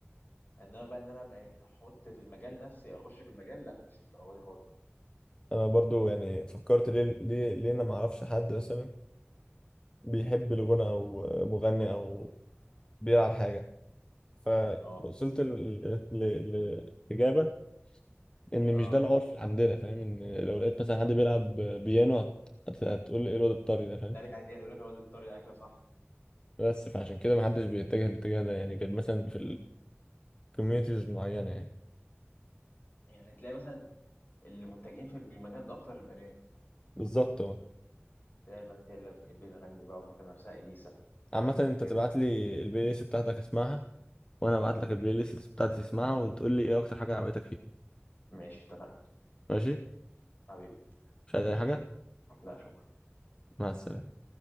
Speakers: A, on the left; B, on the left.
A: انما بقى ان انا بقى احط في المجال نفسي اخش في المجال لا مش الدرجه دي خالص
B: انا برضو يعني فكرت ليه ليه ليه انا ما اعرفش حد مثلا بيحب الغنى او مغني او بيلعب حاجه فوصلت
A: اه
B: للإجابة إن
A: اه
B: مش ده العرف اللي عندنا فاهم إن لو لقيت مثلا حد بيلعب بيانو هت- هت- هتقول لي إيه الواد الطري ده فاهم
A: الطريقه دي يقول لك الواد الطريقه ايوه صح
B: بس فعشان كده محدش بيتجه الاتجاه ده يعني غير مثلا في الكوميونيتيز معينة يعني
A: يعني تلاقي مثلا اللي متجهين في المكان ده اكتر البنات
B: بالظبط أه
A: تلاقي البنات هي اللي بتحب تغني بقى وفاكره نفسها اليسا
B: عامة أنت
A: وكده
B: تبعت لي البلاي ليست بتاعتك أسمعها وأنا أبعت لك البلاي ليست بتاعتي تسمعها وتقول لي إيه أكتر حاجة عجبتك فيها
A: ماشي اتفقنا
B: ماشي؟
A: حبيبي
B: مش عايز أي حاجة؟
A: لا شكرا
B: مع السلامة